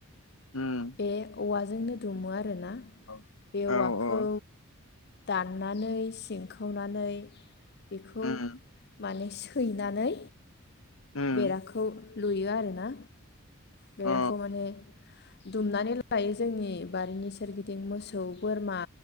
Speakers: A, on the left; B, on the left.
A: उम
B: बेे औवा जोंनो दुमो आरोना
A: औ
B: बे औवाखौ
A: औ
B: दाननानै सिंखावनानै बेखौ
A: उम
B: माने सैनानै
A: उम
B: बेराखौ लुयो आर ना बेराखौ
A: अ
B: माने दुमनानै लायो जोंनि बारिनि सोरगिदिं मोसौ, बोरमा